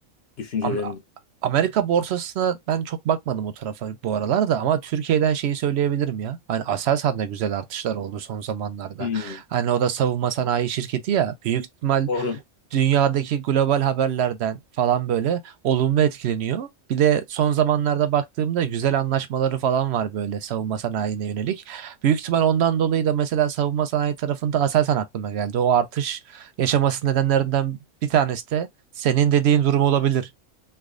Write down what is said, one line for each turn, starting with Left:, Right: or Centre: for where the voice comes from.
Left: düşüncelerin?
Right: Am- Amerika borsasına ben çok bakmadım o tarafa bu aralar da ama Türkiye'den şeyi söyleyebilirim ya. Hani Aselsan'da güzel artışlar oldu son zamanlarda.
Left: Hmm.
Right: Hani o da savunma sanayi şirketi ya. Büyük ihtimal
Left: Doğru.
Right: dünyadaki global haberlerden falan böyle olumlu etkileniyor. Bir de son zamanlarda baktığımda güzel anlaşmaları falan var böyle savunma sanayine yönelik. Büyük ihtimal ondan dolayı da mesela savunma sanayi tarafında Aselsan aklıma geldi. O artış yaşaması nedenlerinden bir tanesi de senin dediğin durum olabilir.